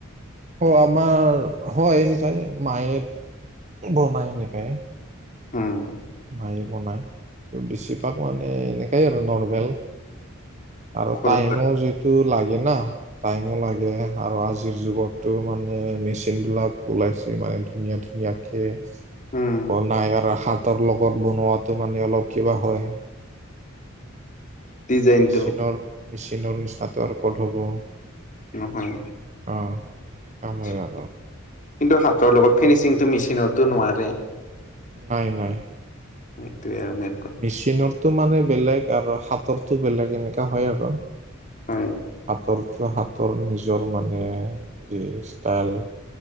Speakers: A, on the right; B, on the left.
A: অ আমাৰ হয়, এনেকাই মায়ে বনাই এনেকায়।
B: উ'ম
A: খায় বনায় ত' বেছিভাগ মানে এনেকাই আৰু নৰৰ্মেল। আৰু
B: ঘৰত
A: টাইমো যিটো লাগে না। টাইমো লাগে আৰু আজিৰ যুগতো মানে মেচিন বিলাক ওলাইছে মানে। ধুনীয়া ধুনীয়াকে।
B: উম
A: বনাই আৰু হাতৰ লগত বনোৱাতটো মানে অলপ কিবা হয়।
B: ডিজাইনটো
A: মেচিনৰ মেচিনৰ নিচিনাটো আৰু কত হ'ব।
B: নহয়।
A: অ এনেকা হয়
B: কিন্তু
A: আৰু
B: হাতৰ লগত ফিনিচিংতটো মেচিনতো নোৱাৰে।
A: হয় হয়।
B: সেইটো আও মইন।
A: মেচিনৰতটো মানে বেলেগ আৰু হাতৰটো বেলেগ এয়ঙ্কা হয় আৰু।
B: হয়
A: হাতৰটো হাতৰ নিজৰ মানে যি ষ্টাইল।